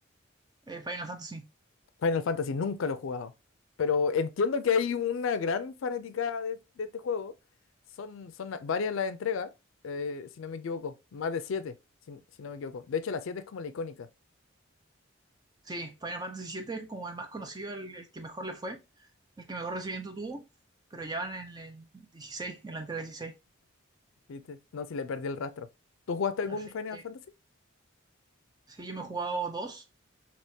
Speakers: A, on the right; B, on the left.
A: Eh, Final Fantasy.
B: Final Fantasy nunca lo he jugado, pero entiendo que hay una gran fanaticada de, de este juego. Son, son varias las entregas, eh, si no me equivoco, más de siete, si, si no me equivoco. De hecho, la siete es como la icónica,
A: Sí, Final Fantasy siete es como el más conocido, el, el que mejor le fue, el que mejor recibimiento tuvo, pero ya van en el 16, en la entrega 16.
B: ¿viste? No, si le perdí el rastro. ¿Tú jugaste algún
A: Así
B: Final
A: que
B: Fantasy?
A: sí, yo me he jugado dos.